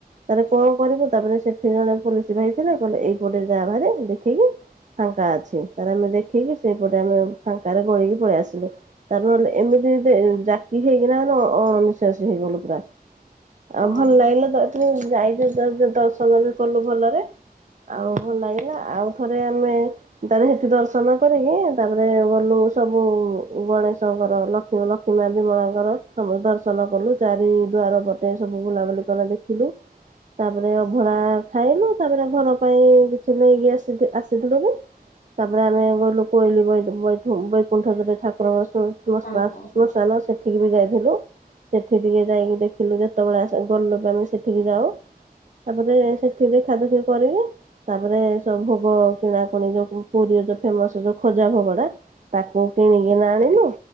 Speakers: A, on the right; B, on the left.
A: ତାରେ କଣ କରିବୁ ତାପରେ ସେଠି ଜଣେ ପୋଲିସ ଭାଇ ଥିଲେ କହିଲେ ଏଇପଟେ ଯା ବାହାରେ ଦେଖିକି ଫାଙ୍କା ଅଛି ତାର ଆମେ ଦେଖିକି ସେଇପଟେ ଆମେ ଫାଙ୍କାରେ ଗୋଳିକି ପଳେଇ ଆସିଲୁ। ତାର ନହେଲେ ଏମିତି ଜାକି ହେଇକିନା ଅଣ ନିିଶ୍ୱାସ ହେଇଗଲୁ ପୁରା।
B: ହଁ
A: ଆଉ ଭଲ ଲାଗିଲା ଯାଇକି ଦର୍ଶନ ବି କଲୁ ଭଲରେ। ଆଉ ଭଲ ଲାଗିଲା ଆଉ ଥରେ ଆମେ ତାହେ ସେଠି ଦର୍ଶନ କରିକି ତାପରେ ଗଲୁ ସବୁ ଗଣେଶଙ୍କର ଲକ୍ଷ ଲକ୍ଷ୍ମୀ ମାବି ମାଁ ଆଙ୍କର ସବୁ ଦର୍ଶନ କଲୁ ଚାରି ଦୁଆର ପଟେ ସବୁ ବୁଲାବୁଲି କଲେ ଦେଖିଲୁ। ତାପରେ ଅଭଡ଼ା ଖାଇଲୁ ତାପରେ ଘର ପାଇଁ କିଛି ନେଇକି ଆସି ଆସିଥିଲୁ ବି ତାପରେ ଆମେ ଗହଲୁ କୋଇଲି ବ ବ ବୈକୁଣ୍ଠ ଜୋରେ ଠାକୁର ବସୁ ମଶମା
B: ହଁ ହଁ ହଁ।
A: ମଶଲେ ସେଠିକି ବି ଯାଇଥିଲୁ ସେଠି ଟିକେ ଯାଇକି ଦେଖିଲୁ ଯେତେବେଳେ ଆସ ଗଲ ବି ଆମେ ସେଠିକି ଯାଉ ତାପରେ ସେଠି ଦେଖା ଦେଖି କରିକି ତାପରେ ସବୁ ଭୋଗ କିଣା ପୁଣି ଯୋଉ ପୁରୀ ଯୋଉ ଫେମସ ଯୋଉ ଖୋଜା ଭୋଗଟା ତାକୁ କିଣିକିନା ଆଣିଲୁ।